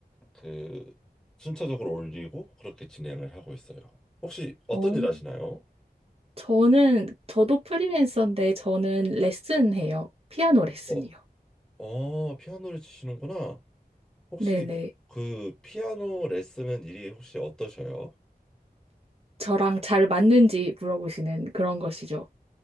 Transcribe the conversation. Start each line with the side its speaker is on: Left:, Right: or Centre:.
Centre: 그 순차적으로 올리고 그렇게 진행을 하고 있어요. 혹시 어떤
Right: 어,
Centre: 일 하시나요?
Right: 저는, 저도 프리랜서인데 저는 레슨해요. 피아노 레슨이요.
Centre: 어, 어, 피아노를 치시는구나. 혹시
Right: 네네.
Centre: 그 피아노 레슨은 일이 혹시 어떠셔요?
Right: 저랑 잘 맞는지 물어보시는 그런 것이죠.